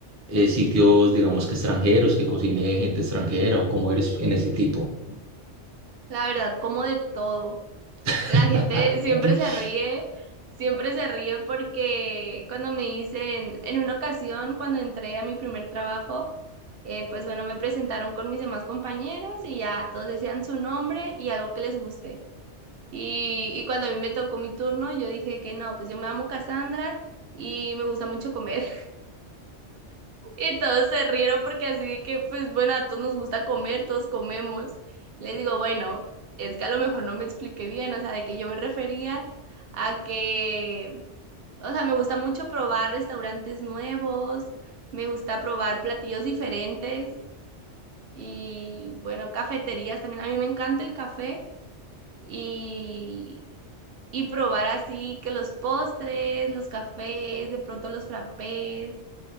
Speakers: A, on the right (about 25°); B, on the right (about 60°).
A: eh, sitios, digamos que extranjeros, que cocine gente extranjera o cómo eres en ese tipo.
B: La verdad, como de todo.
A: <laughs>
B: La gente siempre se ríe, siempre se ríe porque cuando me dicen, en una ocasión, cuando entré a mi primer trabajo, eh, pues bueno, me presentaron con mis demás compañeros y ya todos decían su nombre y algo que les guste. Y, y cuando a mí me tocó mi turno, yo dije que no, pues yo me llamo Cassandra y me gusta mucho comer. Y todos se rieron porque así de que, pues bueno, a todos nos gusta comer, todos comemos. Les digo, bueno, es que a lo mejor no me expliqué bien, o sea, de que yo me refería a que, o sea, me gusta mucho probar restaurantes nuevos, me gusta probar platillos diferentes y, bueno, cafeterías también. A mí me encanta el café y, y probar así que los postres, los cafés, de pronto los frappés.